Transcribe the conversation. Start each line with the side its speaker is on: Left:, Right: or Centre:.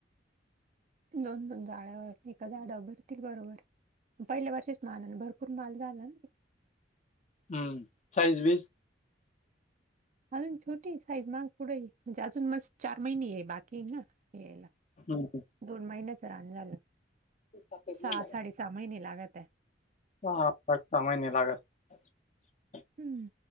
Right: दोन दोन जाळ्या होतील. पहिल्या झाडावर भरतील बरोबर, पहिल्या वर्षीच माल भरपूर माल झाला.
Left: हम्म साईज वीज
Right: अजून छोटी साईज मग पुढे म्हणजे अजून मस् चार महिने ये बाकी ना यायला
Left: हम ह
Right: दोन महिन्याचं रान झालं,
Left: सात एक महिने
Right: सहा साडे सहा महिने लागत्या
Left: सहा - पाच सहा महिने लागत्या
Right: हम्म